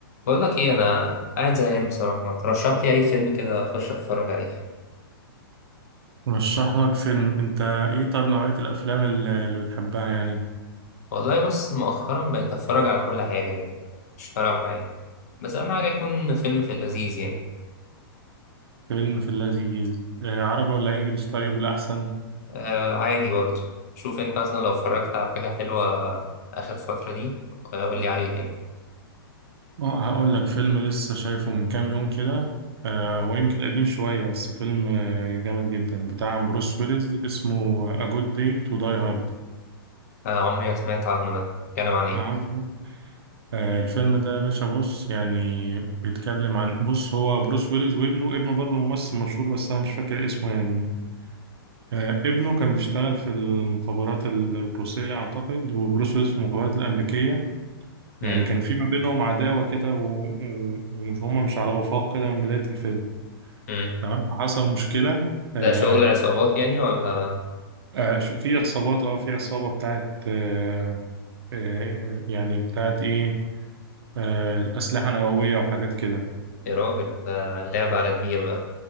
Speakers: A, on the left; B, on the right.
A: بقول لك ايه انا قاعد زهقان بصراحه ما ترشح لي اي فيلم كده اخش اتفرج عليه
B: رشح لك فيلم انت ايه طيب نوعية الافلام اللي اللي بتحبها يعني
A: والله بص مؤخرا بقيت اتفرج على كل حاجه يعني مش فارقه معايا بس اهم حاجه يكون فيلم في اللذيذ يعني
B: فيلم في اللذيذ آه، عربي ولا انجليش طيب الاحسن
A: آه عادي برضه شوف انت مثلا لو اتفرجت على حاجه حلوه اخر فتره دي آه، قول لي عليها يعني
B: اه هقول لك فيلم لسه شايفه من كام يوم كده آه، هو يمكن قديم شوية بس فيلم آه، جامد جدا بتاع بروس ويلز اسمه A Good Day to Die Hard
A: آه عمري ما سمعت عنه ده بيتكلم عن ايه
B: عارفه آه، الفيلم ده يا باشا بص يعني بيتكلم عن بص هو بروس ويلز وابنه ابنه برضه ممثل مشهور بس انا مش فاكر اسمه يعني آه، ابنه كان بيشتغل في المخابرات الروسية أعتقد وبروس ويلز في المخابرات الأمريكية يعني
A: امم
B: كان في ما بينهم عداوة كده و- و- ومش هما مش على وفاق كده من بداية الفيلم
A: امم
B: تمام فحصل مشكلة آه،
A: ده شغل عصابات يعني ولا
B: آه، ش- في عصابات اه في عصابة بتاعت آه، آه، آه، يعني بتاعت إيه آه، أسلحة نووية وحاجات كده
A: يا راجل ده لعب على كبير بقى